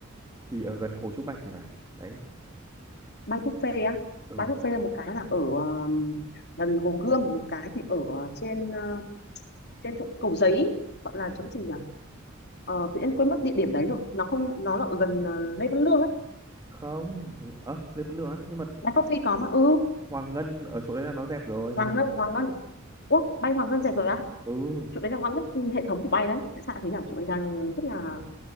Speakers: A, on the right; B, on the left.
A: thì ở gần Hồ Trúc Bạch thì phải đấy
B: bay buffet á.
A: ừ
B: Bay buffet là một cái là ở ờ, gần Hồ Gươm, một cái thì ở ờ, trên ờ, trên chỗ Cầu Giấy gọi
A: Ừ.
B: là chỗ gì nhỉ? Ờ, tự nhiên quên mất địa điểm đấy rồi. Nó không nó là ở gần ờ, Lê Văn Lương ấy.
A: không ờ Lê Văn Lương á nhưng mà
B: Bay Coffee có mà ừ,
A: Hoàng Ngân ở chỗ đấy là nó dẹp rồi nên
B: Hoàng
A: là
B: Ngân, Hoàng Ngân. Ủa, bay Hoàng Ngân rẻ rồi á?
A: ừ
B: chỗ đấy là ngon nhất hệ thống của bay đấy tại sao thế nhỉ chỗ đấy đang rất là,